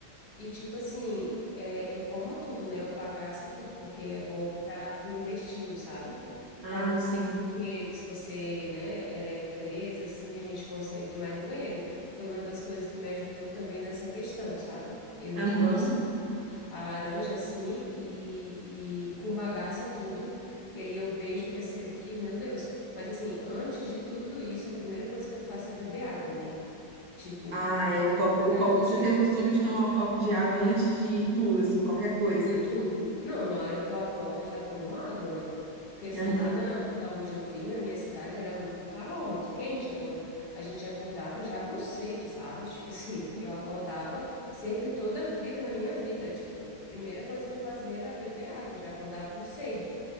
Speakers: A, on the left; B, on the right.
A: E tipo assim, é, eu como tudo, né? Eu bagaço e tudo, porque é bom para o intestino, sabe?
B: Ah,
A: Faz você
B: sim.
A: ir no banheiro, se você, né, é presa, assim, a gente consegue ir mais no banheiro. Foi uma das coisas que me ajudou também nessa questão, sabe? Eu
B: Aham.
A: introduzi a a laranja, assim, e, e com bagaço e tudo, e aí eu vejo, percebo que, meu Deus. Mas assim, antes de tudo isso, a primeira coisa que eu faço é beber água, né? Tipo,
B: Ah, é o copo, o
A: água
B: copo.
A: de
B: Você tem o costume de tomar o copo de água antes de tudo, assim, qualquer coisa.
A: De tudo? Não, na hora que eu acordo eu já tomo água, né? Porque assim,
B: Aham.
A: lá na, da onde eu vim, na minha cidade, era muito calor, muito quente, então a gente acordava já com sede, sabe? Tipo assim, eu acordava sempre toda a vida na minha vida, tipo, a primeira coisa que eu fazia era beber água, eu já acordava com sede.